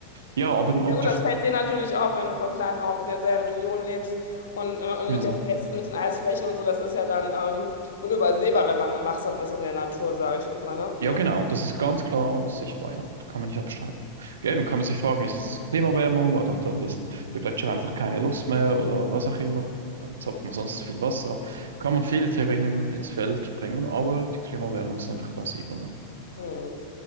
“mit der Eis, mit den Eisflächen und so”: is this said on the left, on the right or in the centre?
Left